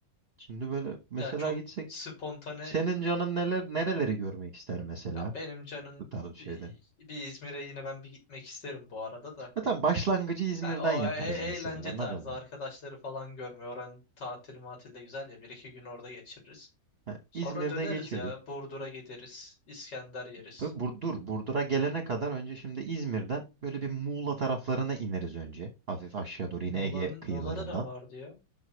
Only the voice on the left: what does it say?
Ya çok
spontane
ya benim canım
bir, bir İzmir'e yine ben bir gitmek isterim bu arada da.
Ha, o
e-
eğlence
tarzı
arkadaşları falan görmüyor. Oranın tatil matil de güzel ya. Bir iki gün orada geçiririz.
Sonra
döneriz
ya. Burdur'a gideriz. İskender yeriz.
Muğla'nın,
Muğla'da ne vardı ya?